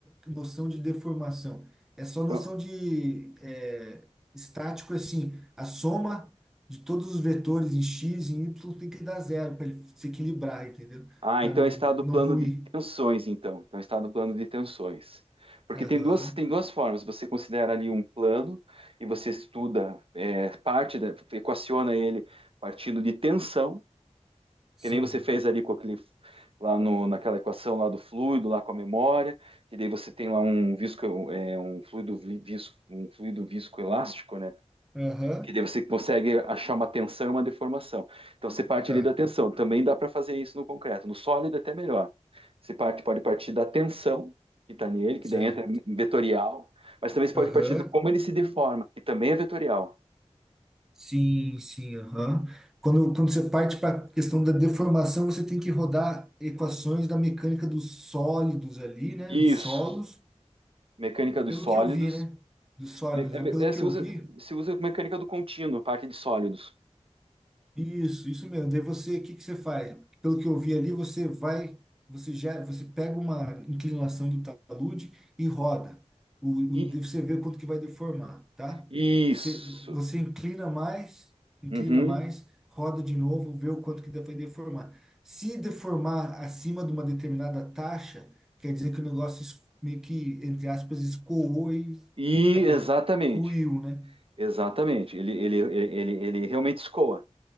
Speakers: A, in the centre; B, on the right.
A: noção de deformação. É só
B: Então,
A: noção de é, estático, é assim, a soma de todos os vetores em x e em y tem que dar zero para ele se equilibrar, entendeu?
B: ah,
A: Para
B: então
A: não,
B: é estado
A: não
B: plano
A: ruir.
B: de tensões, então. Então, é estado plano de tensões. Porque tem
A: Aham,
B: duas, tem duas formas. Você considera ali um plano e você estuda é, parte, da, equaciona ele partindo de tensão,
A: sim.
B: que nem você fez ali com aquele, lá no, naquela equação lá do fluido, lá com a memória, que daí você tem lá um visco, é, um fluido vi- visco, um fluido viscoelástico, né?
A: Aham,
B: Que daí você consegue achar uma tensão e uma deformação. Então você parte
A: tá,
B: ali da tensão. Também dá para fazer isso no concreto. No sólido é até melhor. Você parte, pode partir da tensão que está nele, que
A: certo.
B: daí entra em vetorial, mas também você pode
A: Aham.
B: partir de como ele se deforma, que também é vetorial.
A: Sim, sim, aham. Quando, quando você parte para a questão da deformação, você tem que rodar equações da mecânica dos sólidos ali, né?
B: Isso.
A: Dos solos,
B: Mecânica dos
A: pelo
B: sólidos.
A: que eu vi, né? Dos sólidos,
B: Me- é
A: né? Pelo
B: é,
A: que
B: se
A: eu
B: usa,
A: vi,
B: se usa mecânica do contínuo, parte de sólidos.
A: Isso, isso mesmo. Daí você, o que que você faz? Pelo que eu vi ali, você vai, você já, você pega uma inclinação do talude e roda. O, o,
B: E,
A: daí você vê quanto que vai deformar, tá?
B: isso.
A: Você, você inclina mais, inclina
B: Uhum.
A: mais, roda de novo, vê o quanto que vai deformar. Se deformar acima de uma determinada taxa, quer dizer que o negócio es- meio que, entre aspas, escoou e,
B: E exatamente.
A: e ruiu, né?
B: Exatamente. Ele, ele, ele, ele, ele realmente escoa.